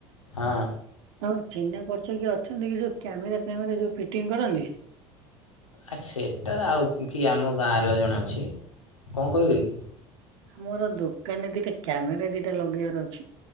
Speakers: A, on the left (about 85°); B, on the right (about 65°).
A: ହଁ।
B: ତମର ଚିହ୍ନାପରିଚ କିଏ ଅଛନ୍ତି କି? ଯୋଉ କ୍ୟାମେରା ଫେମେରା ଯୋଉ ଫିଟିଙ୍ଗ୍ କରନ୍ତି?
A: ଆ ସେଇଟା ଆଉ କି ଆମ ଗାଁରେ ବା ଜଣେ ଅଛି। କଣ କରିବେ କି?
B: ମୋର ଦୋକାନ ଦିଟା କ୍ୟାମେରା ଦିଟା ଲଗେଇଆର ଅଛି।